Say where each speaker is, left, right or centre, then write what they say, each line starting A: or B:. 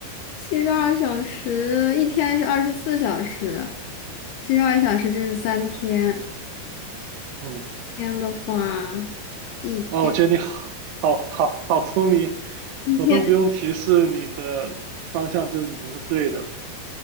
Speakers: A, on the left; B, on the right.
A: 七十二小时一天是二十四小时，七十二小时就是三天。
B: 嗯，
A: 天的话，一天
B: 哇，我觉得你好好好好聪明，
A: 一天，
B: 我都不用提示你的方向就已经是对的。